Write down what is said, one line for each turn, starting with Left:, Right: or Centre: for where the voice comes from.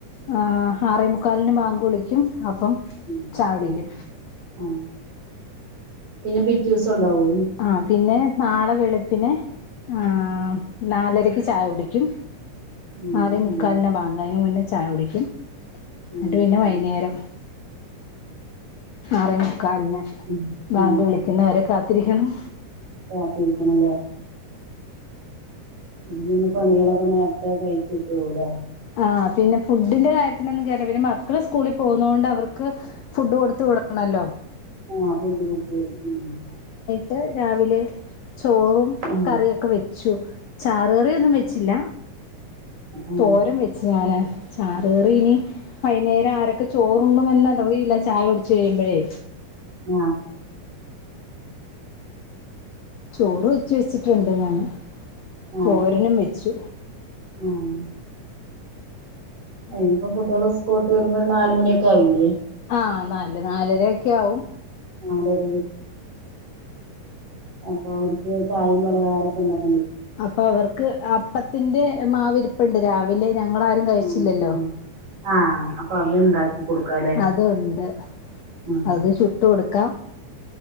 Left: ആ ആറേമുക്കാലിന് ബാങ്ക് വിളിക്കും അപ്പം
Right: ഉം
Left: ചായകുടിക്കും
Right: ഉം ഉം പിന്നെ പിറ്റേ ദിവസം ഉണ്ടാവൂ
Left: ആ പിന്നെ നാളെ വെളുപ്പിനെ ആ നാലരക്ക് ചായ കുടിക്കും
Right: ഉം
Left: നാലെ മുക്കാലിന്
Right: ഉം
Left: ബാങ്ക് അതിന് മുന്നേ ചായ കുടിക്കും
Right: ഉം
Left: എന്നിട്ട് പിന്നെ വൈകുന്നേരം ആറേ മുക്കാലിന്
Right: ഉം
Left: ബാങ്ക്
Right: ആഹ്
Left: വിളിക്കുന്നവരെ കാത്തിരിക്കണം
Right: കാത്തിരിക്കണല്ലേ ഇന്ന് പണികളൊക്കെ നേരത്തെ കഴിച്ചിട്ടൂലെ
Left: ആ പിന്നെ ഫുഡിന്റെ കാര്യത്തിനൊന്നും കേറി പിന്നെ മക്കൾ സ്കൂളിൽ പോകുന്നതുകൊണ്ട് അവർക്ക് ഫുഡ് കൊടുത്തു വിടണം ഹലോ
Right: ആ ഫുഡ്‌ കൊടുത്തു വിടണം മ്മ്
Left: ട്ട് രാവിലെ ചോറും
Right: ആഹ്
Left: കറിയൊക്കെ വെച്ചു ചാറ് കറിയൊന്നും വെച്ചില്ല
Right: ആഹ്
Left: തോ വെച്ച് ഞ്ഞാന്ന് ചാറുകറിഇനി വൈകുന്നേരം ആരൊക്കെ ചോറുണ്ണും എന്ന് അറിയില്ല ചായ കുടിച്ച് കഴിയുമ്പോഴേ
Right: ആ
Left: ചോറ് വെച്ച് വെച്ചിട്ടുണ്ട് ഞാന്
Right: ആഹ്
Left: തോരനും വെച്ചു
Right: ആഹ് ആഹ് ഇനിയിപ്പോ കുട്ടികള് സ്കൂൾ വിട്ടു വരുമ്പോ ഒരു നാലുമണിയൊക്കെ ആവില്ലേ
Left: ആ നാല് നാലരയൊക്കെ ആവും
Right: നാലര അപ്പൊ അവർക്ക് ചായയും പലഹാരൊക്കെ ഉണ്ടാക്ക്
Left: അപ്പൊ അവർക്ക് അപ്പത്തിന്റെ മാവിരിപ്പുണ്ട് രാവിലെ ഞങ്ങളാരും കഴിച്ചില്ലല്ലോ
Right: ഉം ഉം ആഹ് അപ്പൊ അത് ഇണ്ടാക്കി കൊടുക്കാല്ലേ
Left: അതൊണ്ടെ
Right: ഉം
Left: അത് ചുട്ടു കൊടുക്ക് ക്കം